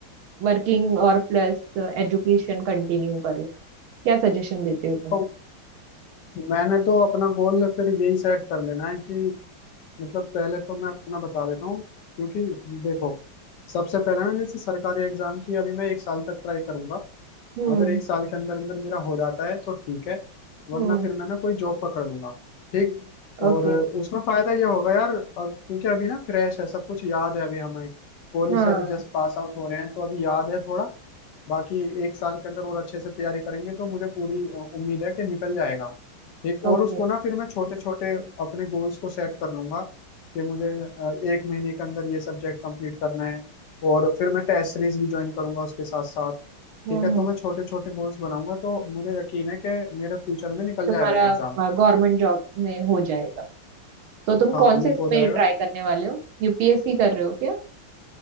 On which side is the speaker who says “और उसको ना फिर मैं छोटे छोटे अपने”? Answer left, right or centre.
Left